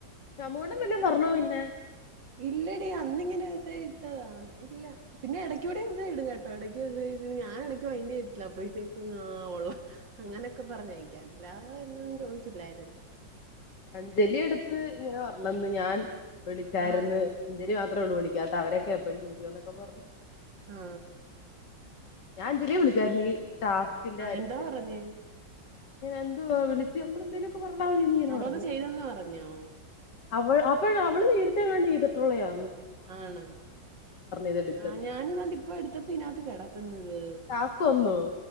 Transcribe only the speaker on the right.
ഇല്ലെടീ അന്നിങ്ങനെ മെസ്സേജി ട്ടതാണ് ഇല്ല പിന്നെ എടക്കൂടെ മെസ്സേജ് ഇടും കേ എടയ്ക്ക് മെസേജ് ചെയ്തിട്ടുണ്ടെങ്കി ഞാൻ ഇടയ്ക്കു മൈൻഡ് ചെയ്യത്തില്ല. അപ്പോഴേത്തേക് ആ കൊള്ളാം അങ്ങനെക്കെ പറഞ്ഞേ എല്ലാ <unintelligible> ചോയ്ച്ചില്ലാര്ന്നു
ആഹ്
ആ
എന്താ പറഞ്ഞേ
അവള്
ചെയ്തെന്ന് പറഞ്ഞോ
ആണോ
ആ ഞാനും കണ്ട് ഇപ്പ എടുത്തപ്പോ ഇതിനാത്ത് കെടക്കുന്നത്